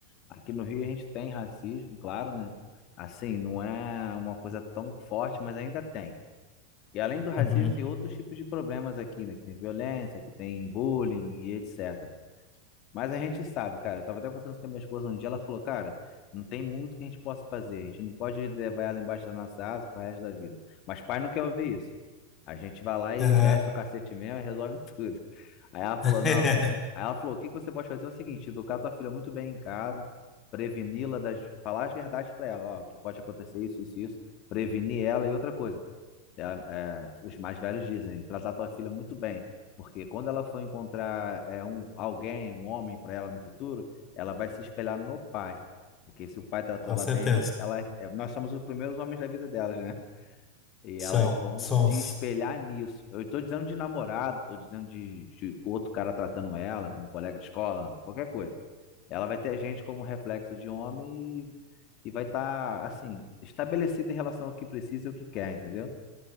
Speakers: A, on the left (about 40°); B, on the left (about 25°).
A: Aqui no Rio a gente tem racismo, claro, né? Assim, não é uma coisa tão forte, mas ainda tem. E além do racismo,
B: Uhum.
A: tem outros tipos de problemas aqui, né? Que tem violência, que tem bullying e etc. Mas a gente sabe, cara. Eu tava até conversando com a minha esposa um dia, ela falou, cara, não tem muito que a gente possa fazer. A gente não pode levar ela embaixo da nossa asa pro resto da vida. Mas pai não quer ouvir isso. A gente vai lá e
B: Aham.
A: desce o cacete mesmo e resolve <laughs> tudo. Aí ela falou,
B: <laughs>
A: não. Aí ela falou, o que que você pode fazer é o seguinte, educar tua filha muito bem em casa, preveni-la das, falar as verdades pra ela, ó, o que pode acontecer isso, isso, isso, prevenir ela e outra coisa. É, é, os mais velhos dizem, tratar tua filha muito bem, porque quando ela for encontrar é, um, alguém, um homem para ela no futuro, ela vai se espelhar no pai. Porque se o pai tratou
B: Com
A: ela
B: certeza.
A: bem, ela, é, nós somos os primeiros homens da vida delas, né? E
B: São,
A: elas vão
B: somos.
A: se espelhar nisso. Eu estou dizendo de namorado, estou dizendo de, de outro cara tratando ela, um colega de escola, qualquer coisa. Ela vai ter a gente como reflexo de homem e, e vai estar, assim, estabelecida em relação ao que precisa e o que quer, entendeu?